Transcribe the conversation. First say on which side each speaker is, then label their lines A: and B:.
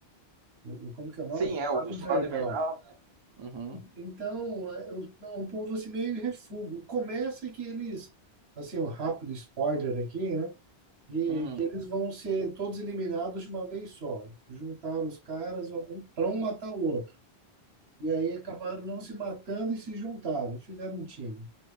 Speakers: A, on the right; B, on the right.
A: o- como que é o
B: Sim,
A: nome? O Soldado
B: é, o Soldado
A: Invernal.
B: Invernal, né? Uhum,
A: Então, é o- é um povo assim meio refúgio. Começa que eles, assim, um rápido spoiler aqui, né? Que,
B: uhum.
A: que eles vão ser todos eliminados de uma vez só. Juntaram os caras, um para um matar o outro. E aí acabaram não se matando e se juntaram, fizeram um time.